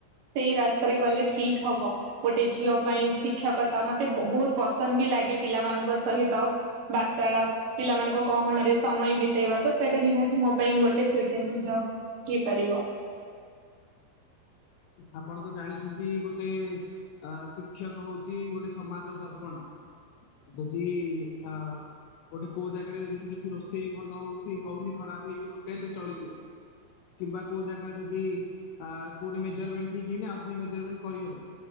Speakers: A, on the right; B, on the left.
A: ସେଇ ରାସ୍ତାରେ ଗଲେ ଠିକ ହବ, ଗୋଟେ ଝିଅ ପାଇଁ ଶିକ୍ଷକତା, ମତେ ବହୁତ ପସନ୍ଦ ବି ଲାଗ ଲାଗେ ପିଲାମାନଙ୍କ ସହିତ ବାର୍ତାଳାପ, ପିଲାମାନଙ୍କ ଗହଣ ରେ ସମୟ ବି ବିତେଇବା ତ ସେଇଟା ନିହାତି ମୋ ପାଇଁ ଗୋଟେ ସୁଇଟେବଲ ଜବ ହେଇପାରିବ।
B: ଆପଣ ତ ଜାଣିଛନ୍ତି, ଗୋଟେ ଅ ଶିକ୍ଷକ ହଉଛି ଗୋଟେ ସମାଜର ଦର୍ପଣ ଯଦି ଆ ଗୋଟେ କୋଉ ଜାଗାରେ ଯଦି କିଛି ରୋଷେଇ ଭଲ ହଉଛି, ହଉନି, ଖରାପ ହେଇଛି ହୋଟେଲେରେ ଚଳିଯିବ କିମ୍ବା କୋଉ ଜାଗାରେ ଯଦି କୋଉଠି ମେଜରମେଣ୍ଟ ଠିକ ହେଇନି, ଆଉଥରେ ମେଜରମେଣ୍ଟ କରିହବ